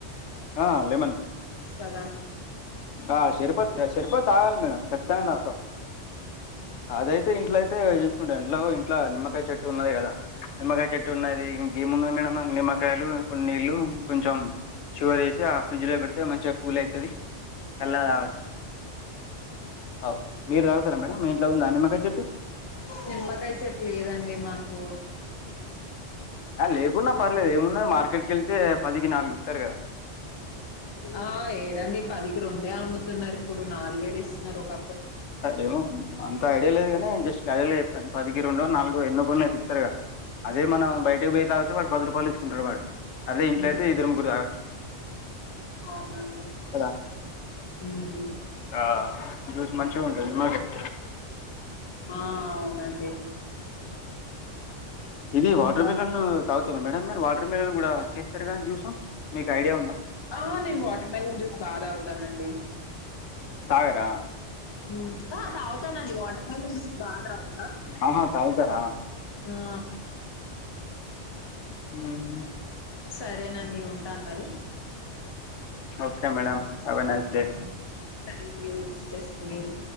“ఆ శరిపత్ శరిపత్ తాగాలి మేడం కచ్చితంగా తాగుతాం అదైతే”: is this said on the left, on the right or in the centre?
Left